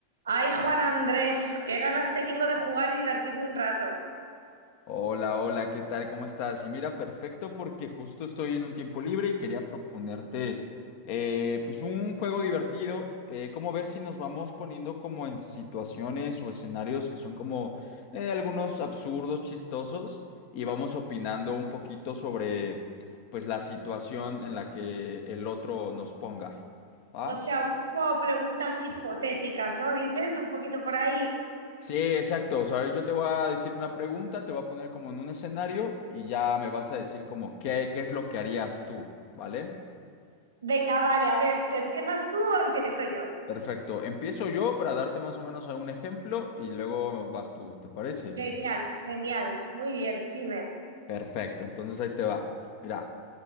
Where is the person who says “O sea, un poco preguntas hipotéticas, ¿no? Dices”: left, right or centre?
Right